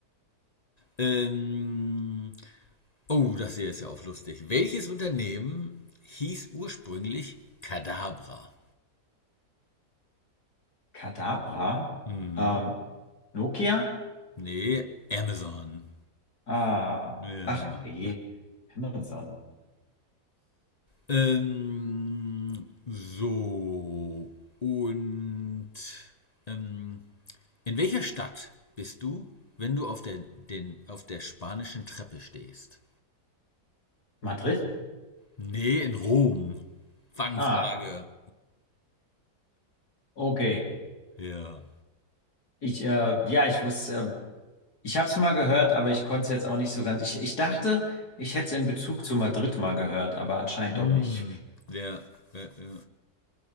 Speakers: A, on the left; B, on the left.
A: Ähm, oh, das hier ist ja auch lustig. Welches Unternehmen hieß ursprünglich Kadabra?
B: Kadabra?
A: Mhm.
B: Ähm, Nokia?
A: Nee, Amazon.
B: Ah,
A: Ja.
B: ach je, Amazon.
A: Ähm, so. Und ähm, in welcher Stadt bist du, wenn du auf der, den, auf der spanischen Treppe stehst?
B: Madrid?
A: Nee, in Rom. Fangfrage.
B: Ah, okay.
A: Ja.
B: Ich, äh, ja, ich wusste, äh, ich habe es mal gehört, aber ich konnte es jetzt auch nicht so ganz. Ich, ich dachte, ich hätte es in Bezug zu Madrid mal gehört, aber anscheinend
A: Hm,
B: doch nicht.
A: ja, ja, ja.